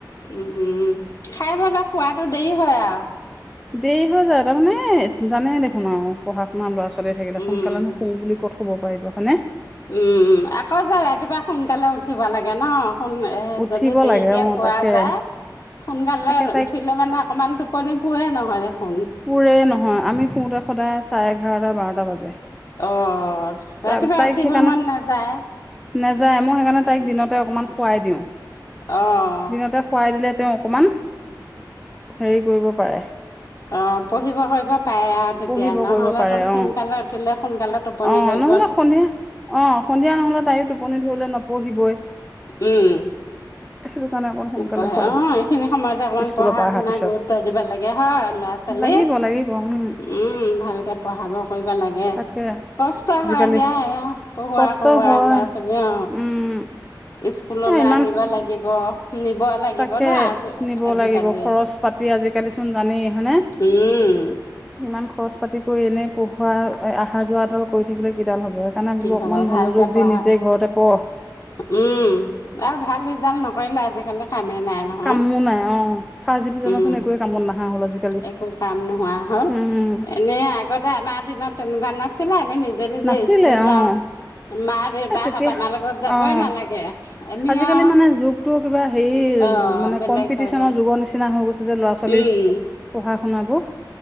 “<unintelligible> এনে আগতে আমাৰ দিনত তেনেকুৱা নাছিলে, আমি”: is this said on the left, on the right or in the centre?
Left